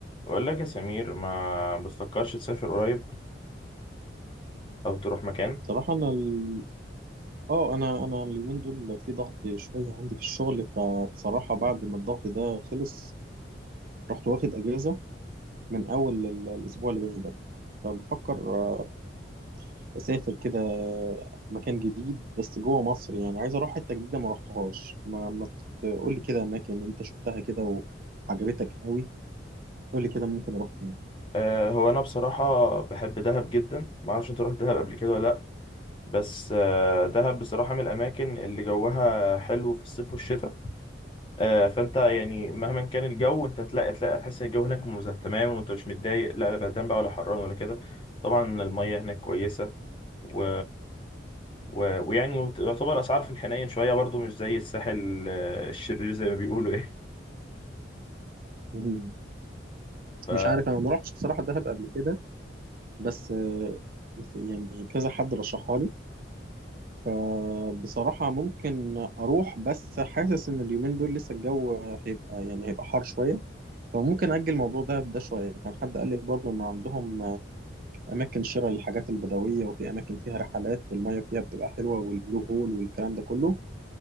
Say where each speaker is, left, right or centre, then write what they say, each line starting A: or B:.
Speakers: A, on the left; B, on the right.
A: بقول لك يا سمير ما بتفكرش تسافر قريب او تروح مكان
B: صراحة أنا ال... آه أنا أنا اليومين دول في ضغط شوية عندي في الشغل فبصراحة بعد ما الضغط ده خلص رحت واخد أجازة من أول ال- الأسبوع اللي جاي ده فبفكر آه، أسافر كده مكان جديد بس جوه مصر يعني عايز أروح حتة جديدة ما رحتهاش ما, ما تقول لي كده أماكن أنت شفتها كده وعجبتك قوي قول لي كده ممكن أروح فين
A: أه هو انا بصراحه بحب دهب جدا ما اعرفش انت رحت دهب قبل كده ولا لا بس أه دهب بصراحه من الاماكن اللي جوها حلو في الصيف والشتاء أه فانت يعني مهما كان الجو انت تلاقي تلاقي تحس ان الجو هناك مز- تمام وانت مش متضايق لا لا بردان بقى ولا حران ولا كده طبعا الميه هناك كويسه و و- ويعني يعتبر اسعار في الحنين شويه برضو مش زي الساحل آه، الشرير زي ما بيقولوا ايه
B: مم.
A: ف
B: مش عارف أنا ما رحتش بصراحة دهب قبل كده بس آه، في- يعني كذا حد رشحها لي فبصراحة ممكن أروح بس حاسس إن اليومين دول لسه الجو هيبقى يعني هيبقى حار شوية فممكن أجل الموضوع ده ده شوية كان حد قال لي برضه إن عندهم أماكن شراء للحاجات البدوية وفي أماكن فيها رحلات والمية فيها بتبقى حلوة والبلو هول والكلام ده كله